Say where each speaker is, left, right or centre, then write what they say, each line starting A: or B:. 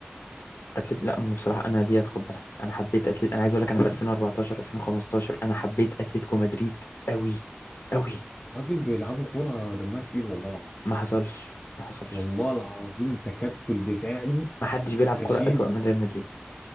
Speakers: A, on the left; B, on the left.
A: أتلت لا بصراحة أنا دي أتقبلها أنا حبيت أتلت أنا عايز أقول لك أنا في 2014 2015 أنا حبيت أتلتيكو مدريد أوي أوي
B: راجل بيلعبوا كوره دمها تقيل والله العظيم
A: ما حصلش ما حصلش
B: والله العظيم تكتل دفاعي
A: ما حدش بيلعب
B: غشيم
A: كرة أسوأ من ريال مدريد